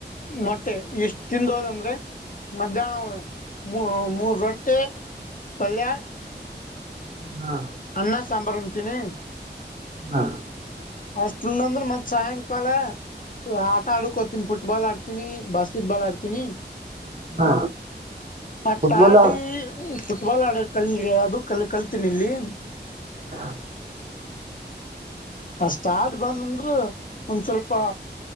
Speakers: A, on the left (about 50°); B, on the right (about 40°).
A: ಮತ್ತೆ ಎಷ್ ತಿಂದೋದಂದ್ರೆ ಮಧ್ಯಾಣ ಮು ಮೂರು ರೊಟ್ಟೆ. ಪಲ್ಯ.
B: ಹಾ
A: ಅನ್ನ ಸಾಂಬಾರು ಉಣ್ತೀನಿ
B: ಹಾ
A: ಅಷ್ಟುಂಡ್ನಂದ್ರ ಮತ್ತ್ ಸಾಯಂಕಾಲಾ ಆಟ ಆಡಕೋತೀನಿ ಫುಟ್ಬಾಲ್ ಆಡ್ತೀನಿ ಬಾಸ್ಕೆಟ್ ಬಾಲ್ ಆಡ್ತೀನಿ.
B: ಹಾ
A: ಆಟ್ಟಾಡಿ
B: ಫುಟ್ಬಾಲ್
A: ಫುಟ್ಬಾಲ್ ಆಡ ಕಲ್ ಅದು ಕಲ್ ಕಲ್ತನಿ ಇಲ್ಲಿ.
B: ಹಾ
A: ಆಸ್ಟಾಡ ಬಂದ ಅಂದ್ರೆ ಒಂದ್ ಸ್ವಲ್ಪ